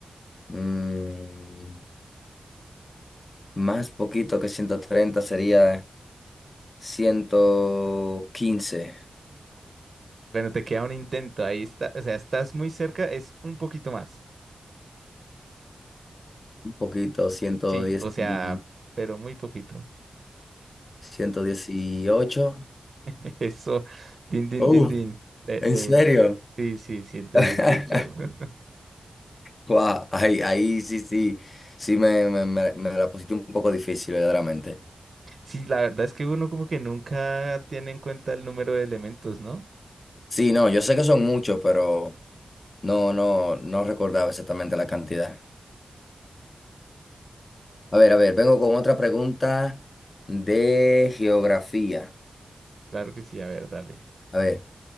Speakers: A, on the left; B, on the right.
A: mm, más poquito que 130 sería 115,
B: Bueno, te queda un intento, ahí está, o sea, estás muy cerca, es un poquito más.
A: un poquito, ciento
B: Sí,
A: diez,
B: o sea,
A: y-
B: pero muy poquito.
A: 118.
B: <laughs> Eso, din, din,
A: Uh,
B: din, din. Le,
A: ¿en
B: le...
A: serio?
B: Sí, sí, 118.
A: <laughs>
B: <laughs>
A: Guau, ahí, ahí sí, sí, sí me, me, me- me la pusiste un poco difícil, verdaderamente.
B: Sí, la verdad es que uno como que nunca tiene en cuenta el número de elementos, ¿no?
A: Sí, no, yo sé que son muchos, pero no, no, no recordaba exactamente la cantidad. A ver, a ver, vengo con otra pregunta de geografía.
B: Claro que sí, a ver, dale.
A: A ver,